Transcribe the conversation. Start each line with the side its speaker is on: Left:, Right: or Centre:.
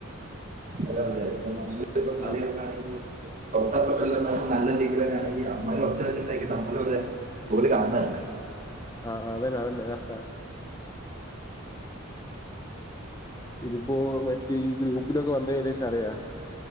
Right: അല്ല പിന്നെ ഇപ്പം നമ്മള് ഇപ്പം
Left: ആഹ്
Right: കളിയാക്കാണെങ്കില് തൊട്ടപ്പർത്ത്ള്ള മൻ നല്ല രീയിയിലന്നാണെങ്കി അമ്മായി ഒച്ചവെച്ചിട്ടായിരിക്കും നമ്മളവ്‌രെ ഓല് കാൺണന്നെ.
Left: ആഹ് ആഹ് അതെന്നെ അതന്നെ കററ്റാ. ഇതിപ്പോ മെ ഈ ഗ്രൂപ്പിലൊക്കെ വന്നെഴിയിന് ശേഷം അറിയാ